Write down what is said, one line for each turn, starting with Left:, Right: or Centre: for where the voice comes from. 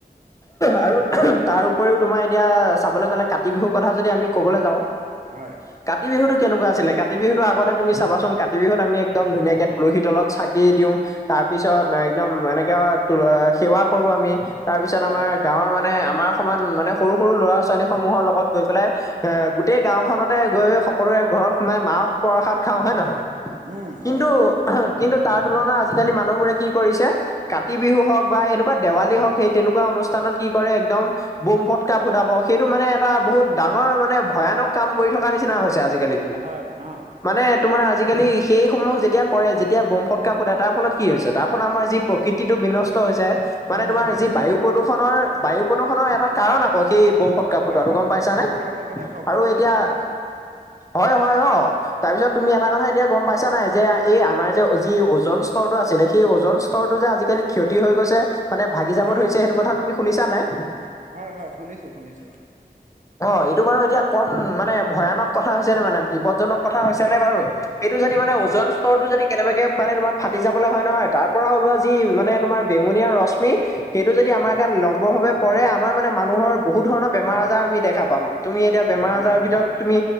Left: আৰু তাৰ উপৰিও তোমাৰ এতিয়া চাবলে গ'লে কাতি বিহুৰ কথা যদি আমি ক'বলে যাওঁ
Right: হয়।
Left: কাতি বিহুটো কেনেকুৱা আছিলে কাতি বিহুটো আগতে তুমি চাবাচোন কাতি বিহুত আমি একদম ধুনীয়াকে তুলসী তলত চাকি দিওঁ, তাৰ পিছত একদম এনেকে তুল সেৱা কৰো আমি, তাৰপিছত
Right: হয়
Left: আমাৰ
Right: হয়
Left: গাঁৱৰ মানে আমাৰ সমান মানে সৰু সৰু ল'ৰা-ছোৱালীসমূহৰ লগত গৈ পেলাই এ গোটেই গাঁওখনতে গৈ সকলোৰে ঘৰত সোমাই মাহ-প্ৰসাদ খাওঁ হয় নহয়?
Right: উম হয়
Left: কিন্তু কিন্তু তাৰ তুলনাত আজিকালি মানুহবোৰে কি কৰিছে কাতি বিহুহওক বা এনেকুৱা দেৱালীহওক সেই তেনেকুৱা অনুষ্ঠানত কি কৰে একদম ব'ম, ফটকা ফুটাব সেইটো মানে এটা বহুত ডাঙৰ মানে ভয়ানক কাম কৰি থকা নিচিনা হৈছে আজিকালি।
Right: হয় উম।
Left: মানে তোমাৰ আজিকালি সেইসমূহ যেতিয়া কৰে, যেতিয়া ব'ম, ফটকা ফুটাই তাৰফলত কি হৈছে, তাৰ ফলত আমাৰ যি প্ৰকৃতিটো বিনষ্ট হৈছে। মানে
Right: উম
Left: তোমাৰ
Right: হয়
Left: যি
Right: হয়
Left: বায়ু প্ৰদূষণৰ, বায়ু প্ৰদূষণৰ এটা কাৰণ আকৌ সেই ব'ম ফট কা ফুটোৱাটো
Right: কাৰণ
Left: গম পাইছা
Right: হয়
Left: নে
Right: আৰু লগতে শব্দ
Left: আৰু
Right: প্ৰদূষণো
Left: এতিয়া
Right: হয়
Left: হয় হয় অ তাৰপিছত তুমি এটা কথা এতিয়া গম পাইছা নাই যে এই আমাৰ যে যি অৰ্জন স্তৰটো আছিলে সেই অৰ্জন স্তৰটো যে আজিকালি ক্ষতি হৈ গৈছে, মানে ভাগি যাব
Right: হয়
Left: ধৰিছে সেইটো কথা তুমি শুনিছা নাই?
Right: হয়, হয় শুনিছো, শুনিছো।
Left: অ, এইটো বাৰু এতিয়া কম মানে ভয়ানক কথা হৈছে নে মানে, বিপদজনক কথা হৈছে নে বাৰু? এইটো যদি মানে
Right: হয়
Left: অজন স্তৰটো যদি কেনেবাকে মানে তোমাৰ ফাটি যাবলে হয় নহয় তাৰপৰা ওলোৱা যি মানে তোমাৰ বেঙুনীয়া ৰশ্মি সেইটো যদি আমাৰ
Right: হয়
Left: গাত লম্বভাৱে পৰে, আমাৰ মানে মানুহৰ বহুত ধৰণৰ বেমাৰ-আজাৰ আমি দেখা পাম। তুমি এতিয়া বেমাৰ-আজাৰৰ
Right: বেমাৰ
Left: ভিতৰত
Right: হয়
Left: তুমি